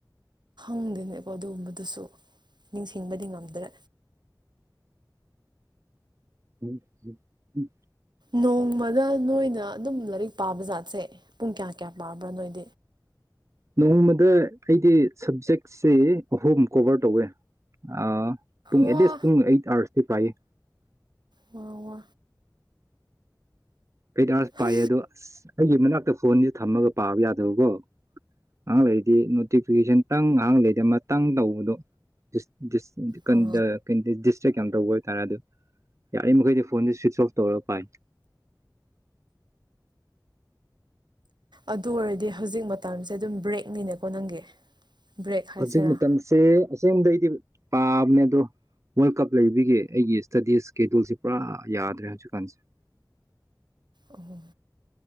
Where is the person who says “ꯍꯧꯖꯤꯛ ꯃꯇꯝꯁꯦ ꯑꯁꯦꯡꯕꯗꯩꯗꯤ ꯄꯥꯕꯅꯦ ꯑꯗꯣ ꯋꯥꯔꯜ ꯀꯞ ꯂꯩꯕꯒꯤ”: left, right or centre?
Right